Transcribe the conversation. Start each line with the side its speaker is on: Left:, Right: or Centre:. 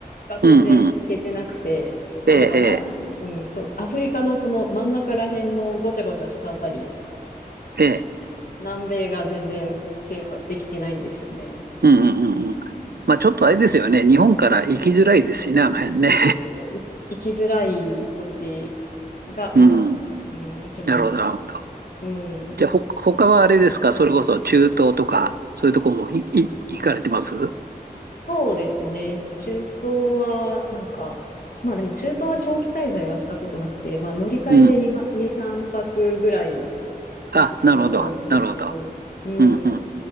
Left: が全然行けてなくて、
Right: うんうん、
Left: あ、
Right: ええ、
Left: でも南、うん、そう、アフリカのその真ん中ら辺のごちゃごちゃしたあたり、
Right: ええ、ええ、
Left: 南米が全然制覇できてないんですよね。
Right: うんうんうんうん。まあちょっとあれですよね。日本から行きづらいですしね、あの辺ね。
Left: そうそう、い行きづらい土地
Right: <laughs>
Left: がまだ、
Right: うん、
Left: うん、行けてない。
Right: なるほど、なるほど。
Left: うん、
Right: じゃあ、ほ、他はあれですかそれこそ中東とか、そういうとこもい、い、行かれてます
Left: そうですね。中東は、なんか、まあでも中東は長期滞在はしたことなくて、まあ乗り換えで2、
Right: うん。
Left: 2、3泊ぐらいのところが多いんですけど、
Right: あ、なるほど、なるほど。
Left: うん。
Right: うんうん